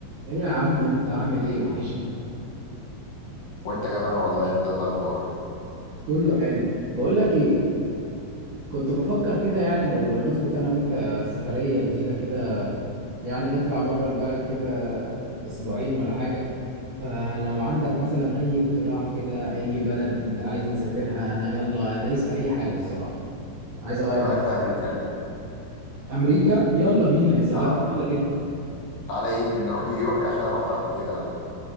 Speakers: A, on the right; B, on the left.
A: ايه يا عم انت عامل ايه وحشني
B: وانت كمان والله انت إيه الاخبار
A: كله حلو بقول لك ايه كنت بفكر كده يعني لو نظبط انا وانت سفرية جديدة كده يعني نطلع بره البلد كده اسبوعين ولا حاجة فلو عندك مثلا اي اقتراح كده اي بلد انت عايز نسافرها انا يلا دايس في اي حاجة الصراحة عايز اغير
B: ايه
A: جو
B: رايك في امريكا
A: امريكا يلا بينا يا سلام
B: اه
A: يلا جد
B: تعالى ايه نروح نيويورك عشان انا رحتها قبل كده بقى